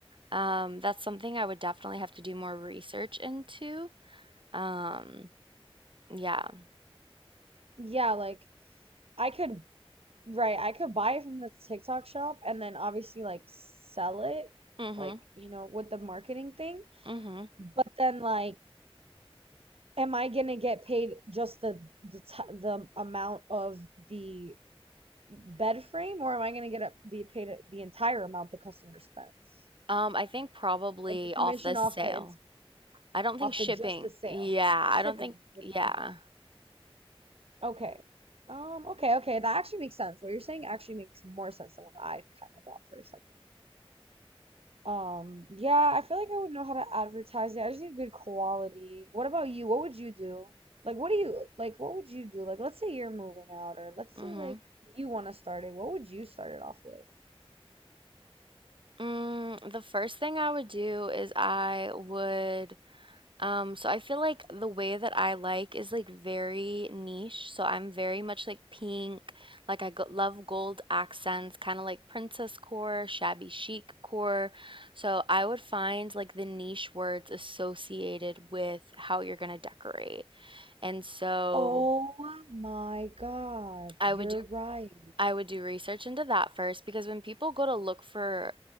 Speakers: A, on the right; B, on the right.
A: Um, that's something I would definitely have to do more research into. Um, yeah.
B: Yeah, like I could right, I could buy it from the TikTok shop and then obviously like sell it
A: Mm-hmm.
B: like, you know, with the marketing thing.
A: Mm-hmm.
B: But then like am I gonna get paid just the the t the amount of the bed frame, or am I gonna get a, the paid the entire amount the customer spends?
A: Um, I think probably
B: Like the commission
A: off the sale.
B: off the ins-
A: I don't think
B: off
A: shipping.
B: the just the sale.
A: Yeah,
B: Shipping
A: I don't think.
B: wouldn't
A: Yeah.
B: count. Okay. Um, okay, okay. That actually makes sense. What you're saying actually makes more sense than what I kind of thought for a second. Um, yeah, I feel like I would know how to advertise it. I just need good quality. What about you? What would you do? Like, what do you like? What would you do? Like, let's say you're moving out, or let's
A: Mm-hmm.
B: say like you want to start it. What would you start it off with?
A: Mm, the first thing I would do is I would Um, so I feel like the way that I like is like very niche. So I'm very much like pink. Like I go love gold accents, kind of like princess core, shabby chic core. So I would find like the niche words associated with how you're gonna decorate. And so
B: Oh my God,
A: I
B: you're
A: would do
B: right.
A: I would do research into that first because when people go to look for